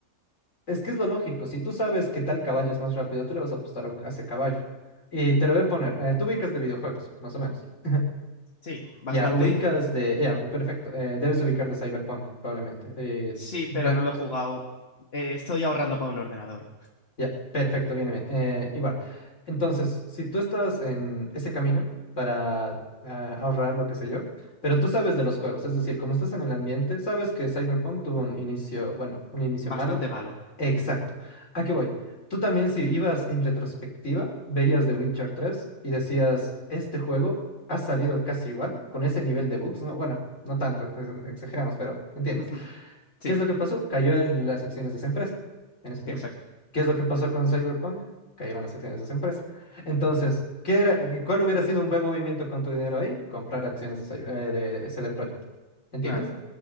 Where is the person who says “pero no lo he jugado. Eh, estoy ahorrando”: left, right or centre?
Left